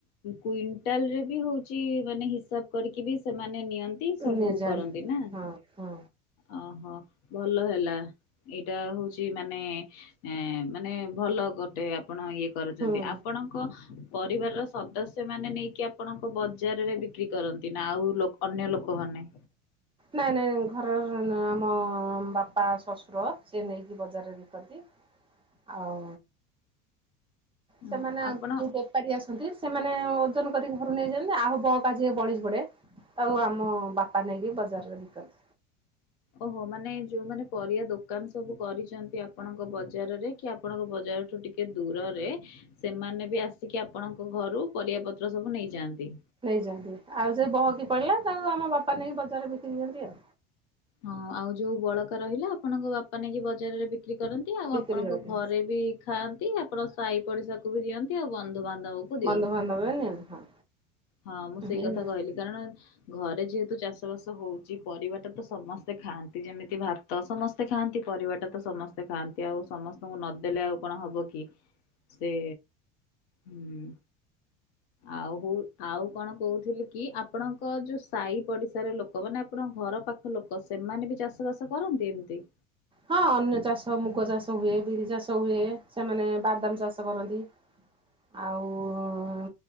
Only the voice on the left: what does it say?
କୁଇଣ୍ଟାଲ ରେ ବି ହଉଛି ମାନେ ହିସାବ କରିକି ବି ସେମାନେ ନିଅ ନ୍ତି ସବୁ
କରନ୍ତି ନା?
ଓହୋ ଭଲ ହେଲା ଏଇଟା ହଉଛି ମାନେ ଏଁ ମାନେ ଭଲ ଗୋଟେ ଆପଣ ଇଏ କରୁଛନ୍ତି
ଆପଣ ଙ୍କ ପରିବାରର ସଦସ୍ୟ ମାନେ ନେଇକି ଆପଣଙ୍କ ବଜାରରେ ବିକ୍ରି କରନ୍ତି ନା ଆଉ ଲୋ ଅନ୍ୟ ଲୋକମାନେ।
ଓହୋ
ଆପଣ
ଓହୋ ମାନେ ଯୋଉମାନେ ପରିବା ଦୋକାନ ସବୁ କରିଛନ୍ତି ଆପ ଆପଣଙ୍କ ବଜାରରେ କି ଆପଣଙ୍କ ବଜାର ଠୁ ଟିକେ ଦୂରରେ। ସେମାନେ ବି ଆସିକି ଆପଣଙ୍କ ଘରୁ ପରିବାପତ୍ର ସବୁ ନେଇଯାଆନ୍ତି।
ହଁ ଆଉ ଯୋଉ ବଳକା ରହିଲା ଆପଣଙ୍କ ବାପା ନେଇକି ବଜାରରେ ବିକ୍ରି କରନ୍ତି। ଆଉ
ଆପଣଙ୍କ
ଘରେ ବି ଖାଆନ୍ତି, ଆପଣ ସାହି ପଡି଼ଶାକୁ ବି ଦିଅନ୍ତି ଆଉ ବନ୍ଧୁବାନ୍ଧବକୁ ଦିଅ
ହଁ ମୁଁ ସେଇ
କଥା କହିଲି। କାରଣ ଘରେ ଯେହେତୁ ଚାଷ ବାସ ହଉଛି ପରିବାଟା ତ ସ ସମସ୍ତେ ଖାଆନ୍ତି ଯେମିତି ଭାତ ସମସ୍ତେ ଖାଆନ୍ତି ପରିବାଟା ତ ସମ ସେ ଖାଆନ୍ତି ଆଉ ସମସ୍ତଙ୍କୁ ନଦେଲେ ଆଉ କଣ ହବ କି ସେ ହୁଁ। ଆଉହୁ ଆଉ କଣ କହୁଥିଲି କି ଆପଣଙ୍କ ଯୋଉ ସୁ ସାଈ ପଡି଼ଶାର ଲୋକ ମାନେ ଆପଣଙ୍କ ଘର ପାଖ ଲୋକ ସେମାନେ ବି ଚାଷ ବାସ କରନ୍ତି, ଏମତି?
ହ